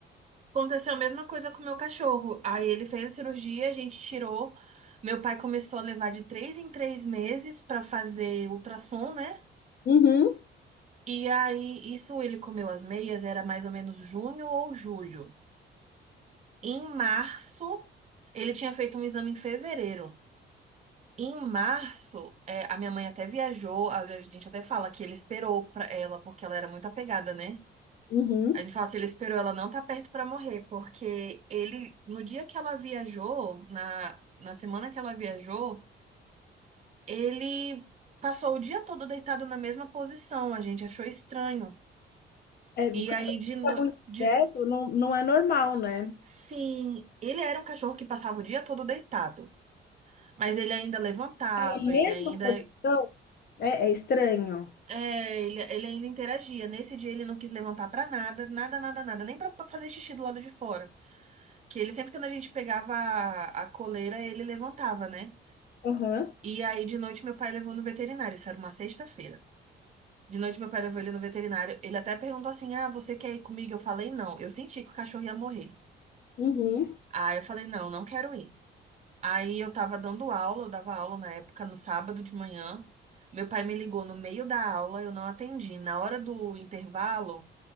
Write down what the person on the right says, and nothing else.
Aconteceu a mesma coisa com o meu cachorro. Aí ele fez a cirurgia, a gente tirou. Meu pai começou a levar de três em três meses pra fazer ultrassom, né?
E aí, isso ele comeu as meias, era mais ou menos junho ou julho. Em março, ele tinha feito um exame em fevereiro. Em março, é, a minha mãe até viajou, às vezes a gente até fala que ele esperou pra ela, porque ela era muito apegada, né?
Aí Ele fala que ele esperou ela não estar perto pra morrer, porque ele, no dia que ela viajou, na, na semana que ela viajou, ele passou o dia todo deitado na mesma posição. A gente achou estranho.
E
aí, de,
no-
de,
sim, ele era um cachorro que passava o dia todo deitado, mas ele ainda levantava,
ele ainda
É, ele, ele ainda interagia. Nesse dia ele não quis levantar pra nada, nada, nada, nada, nem pra pra fazer xixi do lado de fora. Que ele sempre quando a gente pegava a, a coleira, ele levantava, né?
E aí de noite meu pai levou no veterinário, isso era uma sexta-feira. De noite meu pai levou ele no veterinário, ele até perguntou assim: "Ah, você quer ir comigo?" Eu falei: "Não, eu senti que o cachorro ia morrer".
Aí eu falei: "Não, não quero ir". Aí eu tava dando aula, eu dava aula na época no sábado de manhã. Meu pai me ligou no meio da aula, eu não atendi. Na hora do intervalo,